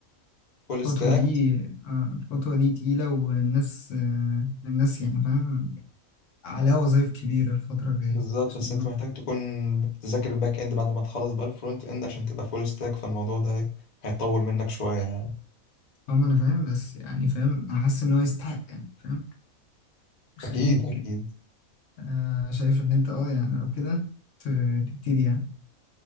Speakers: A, on the left; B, on the left.
A: فول ستاك
B: الخطوة دي آه، الخطوة دي تقيلة والناس آه، الناس يعني فاهم عليها وظايف كبيرة الفترة الجاية
A: بالظبط
B: عشان
A: بس
B: هم-
A: انت محتاج تكون بتذاكر الباك اند بعد ما تخلص بقى الفرونت اند عشان تبقى فول ستاك فالموضوع ده ايه، هيطول منك شوية يعني
B: هم أنا فاهم بس يعني فاهم أنا حاسس إن هو يستحق يعني فاهم يخليك
A: اكيد اكيد
B: آه، شايف إن أنت أه يعني لو كده ت- تبتدي يعني